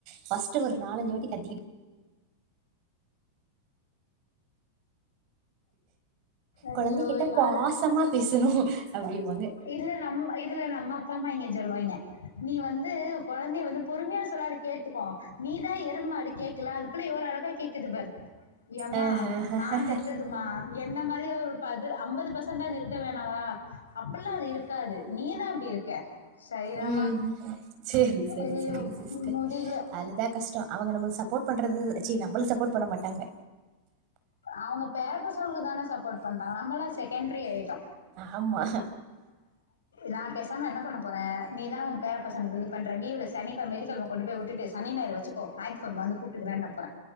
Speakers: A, on the right; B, on the left.
A: ஃபஸ்ட்டு ஒரு நாலஞ்சு வாட்டி கத்திகிட்
B: ஐயோ!
A: கொழந்தகிட்ட பாசமா
B: அது
A: பேசணோ அப்டீம்பாங்க
B: இதுல நம்ம இதுல நம்ம அப்பாம்மா இங்க சொல்வாய்ங்க நீ வந்து கொழந்தய வந்து பொறுமயா சொல்லா அது கேட்டுக்கோ நீதா எரும்மாடு கேக்குல அது எப்பிடி ஓர் அழகா கேக்குது பார் எம்மா
A: ஆ ஹ ஹ
B: நா பெத்ததுமா
A: ஹ
B: என்ன மாரியே ஒரு பது அம்பது பச ண்டேஞ்சாது இருக்க வேணாவா அப்பெடில்லா அது இருக்காது நீதா அப்டி இருக்க சரிதாம்மா
A: ம் சேரி செரி
B: ஐயோ
A: செரி சிஸ்டர்
B: முடியல
A: அதுதா கஷ்டோ அவங்க நம்மளு சப்போர்ட் பண்றது ச்சி நம்மளுக்கு சப்போர்ட் பண்ண மாட்டாங்க
B: அவங்க பேரப்பசங்கலுக்கு தான சப்போர்ட் பண்றாங்க நம்மளா செகண்ட்ரி யாயிட்டோ
A: ஆம்மா
B: நா பேசாம என்ன பண்ண போறே நீதா ஓ பே பசங்களுக்கு இது பண்ற லீவ்ல சனி வெள்ளிக்கெழம கொண்டு போய் உட்டுட்டு சனி நாயிரு வெச்சுக்கோ ஞாயித்து கெழம வந்து கூப்ட்டுகிறேன்ன போறே